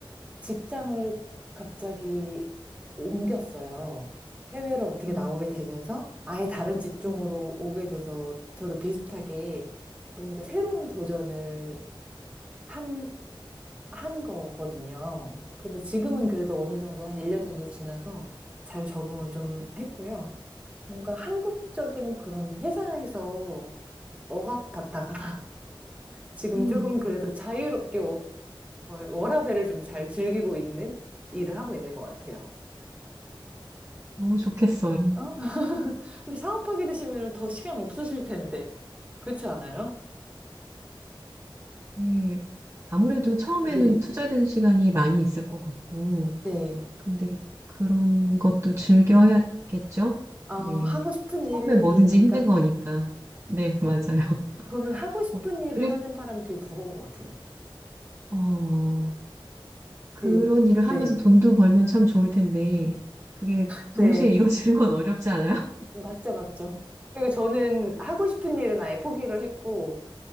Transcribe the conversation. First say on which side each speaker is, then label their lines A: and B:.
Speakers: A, on the right (about 15°); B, on the right (about 30°).
A: 직장을 갑자기 옮겼어요. 해외로 어떻게
B: 음,
A: 나오게 되면서 아예 다른 직종으로
B: 음,
A: 오게 돼서 저도 비슷하게 뭔가 새로운 도전을 한, 한 거거든요. 근데 지금은
B: 음,
A: 그래도 어느 정도 한 1년 정도 지나서 잘 적응을 좀 했고요. 뭔가 한국적인 그런 회사에서 억압받다가 지금
B: 음.
A: 조금 그래도 자유롭게 워, 월- 워라밸을 좀 잘 즐기고 있는 일을 하고 있는 것 같아요.
B: 너무 좋겠어요.
A: 어? <laughs> 근데 사업하게 되시면 더 시간 없으실 텐데. 그렇지 않아요?
B: 네. 아무래도 처음에는
A: 네.
B: 투자된 시간이 많이 있을 것 같고,
A: 네.
B: 근데 그런 것도 즐겨야겠죠?
A: 어,
B: 네.
A: 하고 싶은
B: 처음에
A: 일이니까
B: 뭐든지 힘든 거니까. 네, 맞아요. <laughs>
A: 저는 하고 싶은
B: 어,
A: 일을
B: 그래,
A: 하는 사람이 되게 부러운 것 같아요.
B: 어. 그런
A: 되게,
B: 일을 하면서
A: 네.
B: 돈도 벌면 참 좋을 텐데, 그게
A: 네.
B: 동시에 이루어지는 건 어렵지 않아요? <laughs>
A: 맞죠, 맞죠. 그리고 저는 하고 싶은 일은 아예 포기를 했고,